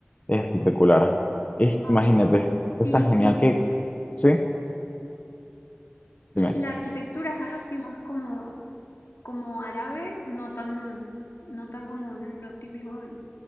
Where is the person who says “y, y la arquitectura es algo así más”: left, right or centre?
Left